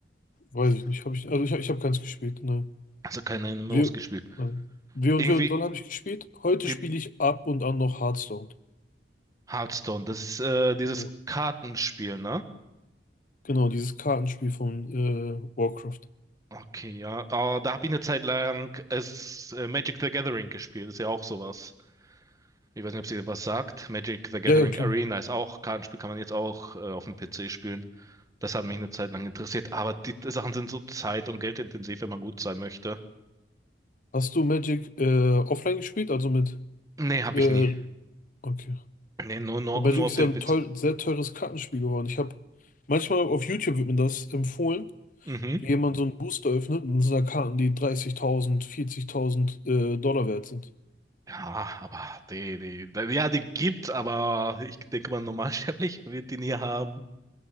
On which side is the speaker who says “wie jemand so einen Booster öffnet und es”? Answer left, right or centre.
Left